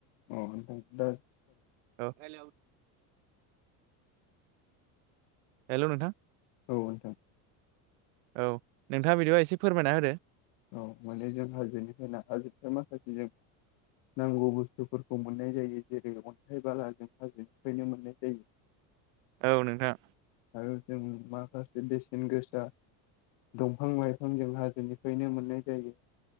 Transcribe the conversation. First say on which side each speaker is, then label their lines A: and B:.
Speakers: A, on the left (about 70°); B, on the right (about 80°).
A: अ दा
B: औ हेल हेल' नोंथां
A: औ नोंथां
B: औ नोंथाङा बिदिबा एसे फोरमायना होदो
A: औ मोनाने जों हाजोनिफ्राय ना हाजोनिफ्राय माखासे जों नांगौ बुस्थुफोरखौ मोननाय जायो जेरै अन्थाइ बालाजों हाजोनिफ्रायनो मोननाय जायो।
B: <inaudible> नोंथां
A: आरो जोङो माखासे बेसेन गोसा दंफां लाइफां जों हाजोनिफ्रायनो मोननाय जायो